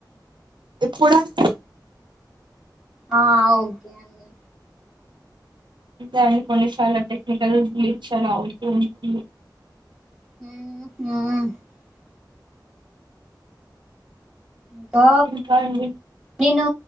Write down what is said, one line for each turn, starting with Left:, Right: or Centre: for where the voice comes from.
Right: ఇప్పుడు అండి
Centre: ఆ ఓకే అండి
Right: దాని కొన్ని చాలా టెక్నికల్ బ్లీచ్ అలా అవుతూ ఉంటుంది
Centre: హ ఇంకా
Right: ఇంకా అండి
Centre: నేను